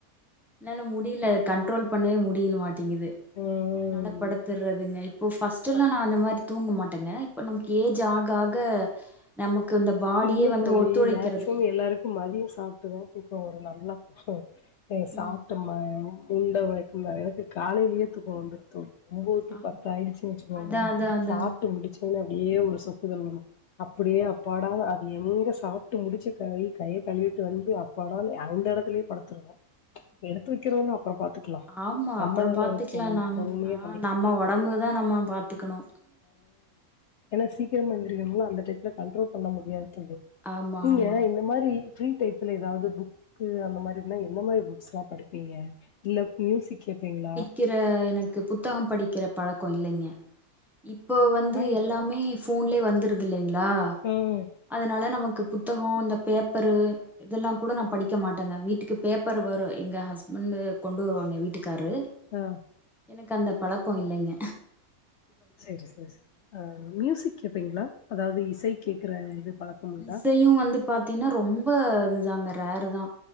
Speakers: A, in the centre; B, on the left.
A: என்னால முடில கண்ட்ரோல் பண்ணவே முடில மாட் டேங்து
B: ம்.
A: அதனால படத்துர்றதுங்க இப்போ
B: அ
A: நா அந்த மாரி தூங்க மாட்டேங்க இப்ப நமக்கு ஏஜ் ஆக ஆக நமக்கு இந்த பாடியே
B: இல்ல
A: வந்து
B: தோழி
A: ஒத்துழைக்கிறது
B: மேக்சிமம்
A: இல்ல
B: எல்லாருக்கு மதியோ சாப்ட்டுதா தூக்கோ வரு நல்லா கும் சாப்
A: ம்
B: டம்மேம் உண்ட வைக்கு எனக்கு காலேலயே தூக்கம் வந்துரு தோ ஒம்போது டூ
A: ஆமா
B: பத்தாயிடுச்சின் வச்சிகோங்க
A: அதா அதா அதா
B: சாப்டு முடிச்சி புள்ள அப்டியே ஒரு சொக்குதல் வரு அப்டியே அப்பா டா அது எங்க சாப்ட்டு முடிச்சி கை கைய கவிட்டு வந்து அப்பனாலு அந்த எடத்துலேயே படுத்துருவோ எடுத்து வைக்கிறதுன்னா அப்பரோ பாத்துக்கிலா
A: ஆமா
B: நம்மதானே
A: அப்புறோ பாத்துக்கலா
B: இருப்போ நம்
A: நாம்
B: பொறுமையேப்
A: ஆ நம்ம உடம்புதா நம்ம பாத்துக்கணு
B: ஏனா சீக்கிரமா எந்திரிக்கனுமமூளா அந்த டைத்தல கண்ட்ரோல் பண்ண முடியாது தோழி
A: ஆமா
B: நீங்க
A: ஆமா
B: இந்த மாரி ஃப்ரீ டயத்ல ஏதாவது புக்கு அந்த மாதிரினா எந்த மாரி புக்ஸ்லா படிப்பீங்க இல்ல மியூசிக் கேப்பேங்ளா
A: க்கிற எனக்கு புத்தகம் படிக்கிற பழக்கோ இல்லங்க இப்போ வந்து
B: ஆய்
A: எல்லாமே ஃப் போன்லே வந்துருது இல்லைங்ளா
B: உம்
A: அதனால நமக்கு புத்தகோ இந்த பேப்பரு இதெல்லா கூட நா படிக்க மாட்டேங்க வீட்டுக்கு பேப்பர் வரு எங்க ஹஸ்பெண்டு கொண்டு வருவாங்க வீட்டுக்காரரு
B: ஆ
A: எனக்கு அந்த பழக்கோ இல்லங்க
B: செரி செரி இ மியூசிக் கேப்பீங்ளா அதாவது இசை கேக்ற இது பழக்கம் உண்டா
A: இசையு வந்து பாத்தீங்னா ரொம்ப இதுதாங்க ரேரு தா